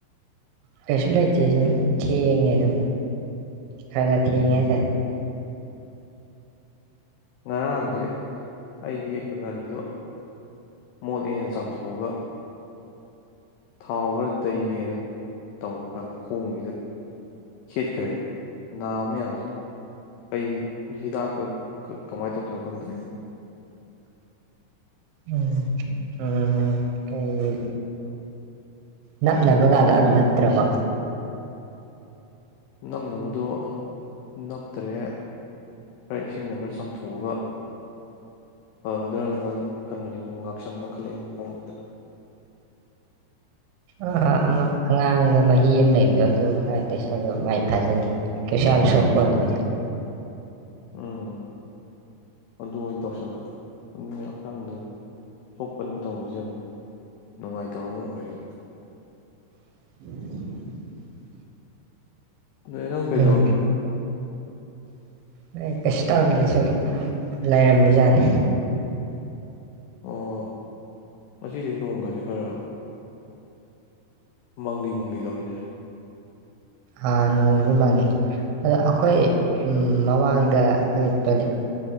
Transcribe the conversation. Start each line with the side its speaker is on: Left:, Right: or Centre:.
Right: ꯀꯩꯁꯨ ꯂꯩꯇꯦ ꯊꯦꯡꯉꯩꯗ ꯈꯔ ꯊꯦꯡꯉꯩ ꯍꯥꯏꯇꯥꯔꯦ꯫
Left: ꯉꯔꯥꯡꯁꯦ ꯑꯩꯒꯤ ꯒꯥꯔꯤꯗꯣ ꯃꯣꯠꯂꯦꯅ ꯆꯥꯝꯊꯣꯛꯑꯒ꯫ ꯊꯥꯎ ꯈꯔ ꯇꯥꯌꯦꯅ꯫ ꯇꯧꯕ ꯀꯥꯟꯗ ꯈꯣꯡꯁꯤꯗ ꯍꯦꯠꯈ꯭ꯔꯦꯕ ꯅꯥꯕꯅ ꯌꯥꯗ꯭ꯔꯦ ꯀꯩ ꯍꯤꯗꯥꯛꯀ ꯀꯃꯥꯏꯅ ꯇꯧꯗꯣꯏꯅꯣ ꯈꯪꯗ꯭ꯔꯦ꯫
Right: ꯎꯝ ꯎ ꯀꯩ ꯅꯞꯅꯕꯒꯗꯣ ꯑꯝ ꯅꯞꯇ꯭ꯔꯕꯣ
Left: ꯅꯝꯅꯕꯗꯣ ꯅꯞꯇ꯭ꯔꯦ <unintelligible> ꯏꯁꯤꯡꯅ ꯈꯔ ꯆꯥꯝꯊꯣꯛꯑꯒ ꯐꯒꯗ꯭ꯔꯅ ꯈ ꯈꯟꯕꯅꯤ ꯑꯗꯨꯕꯨ ꯉꯥꯛꯁꯪ ꯉꯥꯡꯈꯠꯂꯛꯑꯦ <unintelligible>
Right: ꯑ ꯑ ꯑꯃ ꯑꯉꯥꯡꯕ ꯃꯍꯤ ꯑꯃ ꯂꯩꯕꯅꯦ꯫ ꯑꯗꯨ ꯈꯔ ꯇꯩꯁꯜꯂꯣ ꯃꯥꯏ ꯐꯥꯖꯅꯤ ꯀꯩꯁꯨ ꯌꯥꯝ ꯁꯣꯛꯄ <unintelligible>
Left: ꯎꯝ ꯑꯗꯨ ꯑꯣꯏꯅ ꯇꯧꯁꯜꯂꯒꯦ <inaudible> ꯍꯛꯆꯥꯡꯗ ꯁꯣꯛꯄꯟꯕ ꯇꯧꯕꯖꯦ ꯌꯥꯝ ꯅꯨꯡꯉꯥꯏꯇꯕ ꯑꯃ ꯑꯣꯏꯔꯦꯅꯦ
Right: <inaudible>
Left: ꯅꯣꯏ ꯅꯪ ꯀꯩꯗꯧꯔꯝꯃꯤꯅꯣ
Right: ꯎꯝ <unintelligible> ꯀꯩꯁꯨ ꯇꯧꯔꯝꯗꯦ ꯁꯨꯝ ꯂꯩꯔꯝꯃꯤꯖꯥꯠꯅꯤ
Left: ꯑꯣ ꯑꯁꯤꯗꯤ ꯅꯣꯡꯒꯥꯁꯤ ꯈꯔꯒꯔ ꯃꯪꯂꯤ ꯃꯪꯂꯤꯗꯧꯏꯅꯦ
Right: ꯑꯥ ꯅꯣꯡꯖꯨ ꯃꯪꯉꯤ ꯑꯗꯣ ꯑꯈꯣꯏ ꯎꯝ ꯃꯃꯥꯡꯗ ꯑ ꯇꯣꯏꯂꯦꯠ